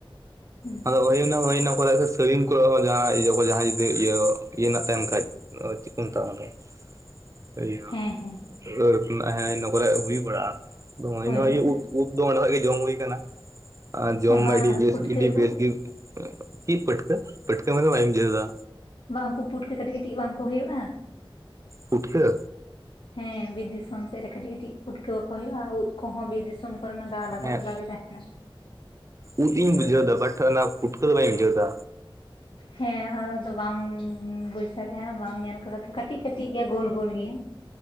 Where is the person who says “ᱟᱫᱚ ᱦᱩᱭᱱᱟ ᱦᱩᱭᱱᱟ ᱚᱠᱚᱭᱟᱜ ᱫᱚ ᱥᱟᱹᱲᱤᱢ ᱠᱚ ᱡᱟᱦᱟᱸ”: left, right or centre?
Right